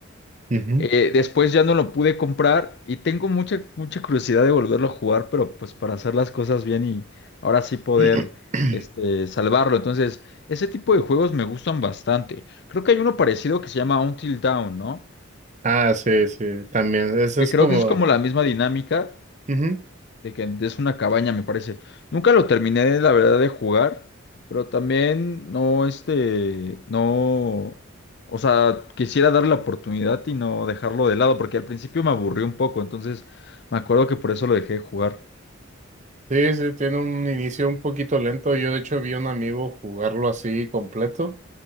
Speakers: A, on the right; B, on the left.
A: ujú.
B: eh, después ya no lo pude comprar y tengo mucha, mucha curiosidad de volverlo a jugar, pero pues para hacer las cosas bien y ahora sí poder
A: <clears throat>
B: este, salvarlo. Entonces, ese tipo de juegos me gustan bastante. Creo que hay uno parecido que se llama Until Dawn, ¿no?
A: Ah, sí, sí, también. Ese
B: Que
A: es
B: creo
A: como,
B: que es como la misma dinámica,
A: ujú.
B: de que es una cabaña, me parece. Nunca lo terminé, la verdad, de jugar, pero también no, este, no, o sea, quisiera darle la oportunidad y no dejarlo de lado, porque al principio me aburrió un poco, entonces me acuerdo que por eso lo dejé de jugar.
A: Sí, sí, tiene un inicio un poquito lento. Yo, de hecho, vi a un amigo jugarlo así completo.